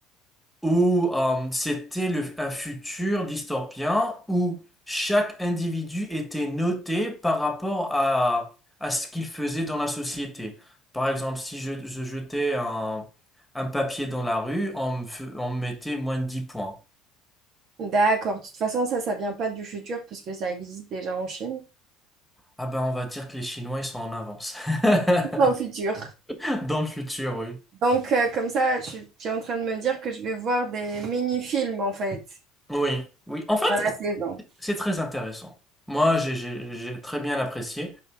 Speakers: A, in the centre; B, on the right.
A: où euh, c'était le- un futur dystopien où chaque individu était noté par rapport à, à ce qu'il faisait dans la société. Par exemple, si je, je jetais un, un papier dans la rue, on me, fe- on me mettait moins de 10 points.
B: D'accord. De toute façon, ça, ça vient pas du futur parce que ça existe déjà en Chine.
A: Ah ben, on va dire que les Chinois, ils sont en avance. <laughs>
B: Dans le futur.
A: Dans le futur, oui.
B: Donc, euh, comme ça, tu, tu es en train de me dire que je vais voir des mini-films en fait
A: Oui, oui. En fait,
B: dans la saison.
A: c'est très intéressant. Moi, j'ai j'ai- j'ai très bien apprécié.